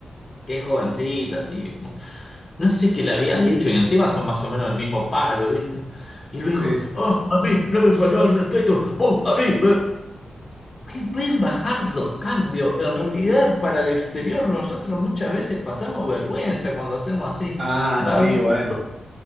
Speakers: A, on the left; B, on the right.
A: que es jovencita, así. No sé qué le había dicho y encima son más o menos el mismo palo, ¿viste? Y el viejo,
B: sí.
A: oh, a mí no me faltó el respeto, vos, a mí. eh". Ay, Pueden bajar dos cambios. En realidad, para el exterior, nosotros muchas veces pasamos vergüenza cuando hacemos así.
B: Ah,
A: Va
B: sí,
A: a haber
B: bueno.
A: o-